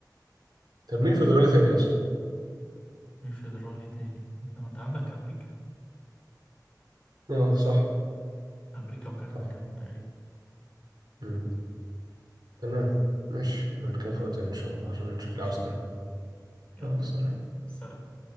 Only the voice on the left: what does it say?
مين فيدرالي تاني انت ما انت عندك امريكا
امريكا وكندا
كمان تقريبا
ماشي
يا
كيمو يلا
سلام